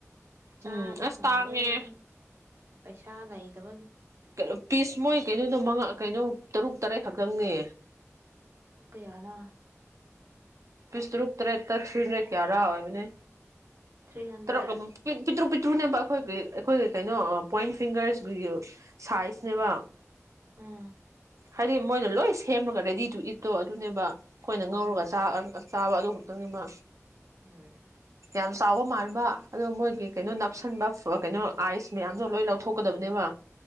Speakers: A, on the right (about 60°); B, on the right (about 80°).
A: ꯆꯥꯕ
B: ꯎꯝ ꯑꯁ
A: ꯐꯪꯗꯕꯩ
B: ꯇꯥꯉꯦ
A: ꯋꯥꯅꯤ ꯄꯩꯁꯥ ꯂꯩꯗ
B: ꯀꯩꯅꯣ ꯄꯤꯁ ꯃꯣꯏ ꯀꯩꯅꯣꯗꯣ ꯃꯉꯥ ꯀꯩꯅꯣ ꯇꯔꯨꯛ ꯇꯔꯦꯠ ꯈꯛꯇꯪꯅꯦ
A: ꯀꯌꯥꯅꯥ
B: ꯄꯤꯁ ꯇꯔꯨꯛ ꯇꯔꯦꯠꯇ ꯊ꯭ꯔꯤ ꯍꯟꯗ꯭ꯔꯦꯠ ꯌꯥꯔꯥ ꯑꯣꯏꯕꯅꯦ
A: ꯊ꯭ꯔꯤ ꯍꯟꯗ꯭ꯔꯦꯠ
B: ꯀ ꯆꯇ꯭ꯔꯣ ꯄ ꯇꯨꯅꯦꯕ ꯑꯩꯈꯣꯏꯒꯤ ꯑꯩꯈꯣꯏꯒꯤ ꯀꯩꯅꯣ ꯄꯣꯏꯟ ꯐꯤꯡꯒꯔꯁ ꯁꯥꯏꯖꯅꯦꯕ
A: ꯎꯝ
B: ꯍꯥꯏꯗꯤ ꯃꯣꯏꯅ ꯂꯣꯏ ꯁꯦꯝꯃꯒ ꯔꯦꯗꯤꯗꯨ ꯏꯠꯇꯣ ꯑꯗꯨꯅꯦꯕ ꯑꯩꯈꯣꯏꯅ ꯉꯧꯔꯒ
A: ꯎꯝ
B: ꯆꯥꯛ ꯇꯥꯕ ꯑꯗꯨ ꯈꯛꯇꯪꯗꯨꯅ
A: ꯎꯝ
B: <unintelligible> ꯑꯣ ꯃꯣꯏꯒꯤ ꯀꯩꯅꯣ ꯅꯞꯁꯟꯕ ꯀꯩꯅꯣ ꯑꯥꯏꯁ ꯃꯌꯥꯝꯗꯣ ꯂꯣꯏ ꯂꯧꯊꯣꯛꯀꯗꯕꯅꯦꯕ